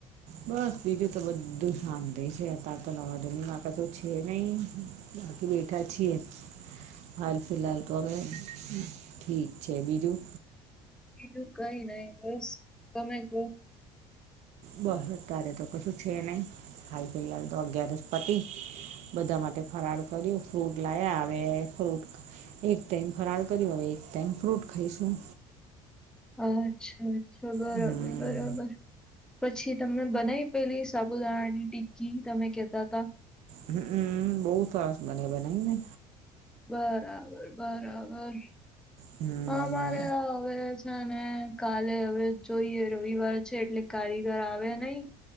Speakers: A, on the right; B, in the centre.
A: બસ બીજું તો બધું શાંતિ છે. અતારે તો નવા જૂનીમાં કશું છે નહીં. બેઠા છીએ. હાલ ફિલહાલ તો હવે ઠીક છે બીજું.
B: બીજું કંઈ નહીં. બસ તમે કહો.
A: બહ અતારે તો કશું છે નહીં. હાલ ફિલહાલ તો અગિયારસ પતી. બધા માટે ફરાળ કર્યું, ફ્રૂટ લાયા. હવે ફ્રૂટ એક ટાઈમ ફરાળ કર્યું, હવે એક ટાઈમ ફ્રૂટ ખાઈશું.
B: અચ્છા-અચ્છા. બરાબર-બરાબર.
A: હમ
B: પછી તમને બનાઈ પેલી સ સાબુદાણાની ટિકકી તમે કેતા તા.
A: અમ્મ-હમ્મ. બઉ સરસ બને બનાઈ ને.
B: બરાબર-બરાબર,
A: હમ
B: હા. મારે હવે છે ને કાલે હવે જોઈએ રવિવાર છે એટલે કારીગર આવે નહીં